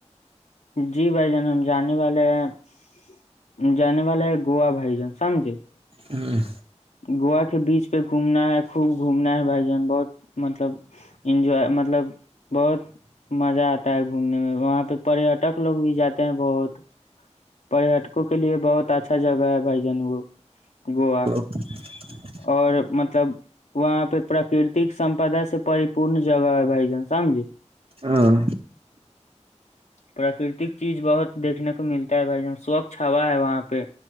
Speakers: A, on the left; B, on the right.
A: جی بھائی جان ہم جانے والے ہیں جانے والے ہیں گووا بھائی جان سمجھے
B: ہاں
A: گووا کے بیچ پہ گھومنا ہے خوب گھومنا ہے بھائی جان بہت مطلب انجوائے مطلب بہت مزہ آتا ہے گھومنے میں وہاں پہ پریٹک لوگ بھی جاتے بہت پٹکوں کے لیے بہت اچھا جگہ ہے بھائی جان وہ گووا
B: <inaudible>
A: اور مطلب وہاں پہ پراکرتک سمپدا سے پری پورن جگہ ہے بھائی جان سمجے
B: ہاں
A: پراکرتک چیز بہت دیکھنے کو ملتا ہے بھائی جن سوچھ ہوا ہے وہاں پہ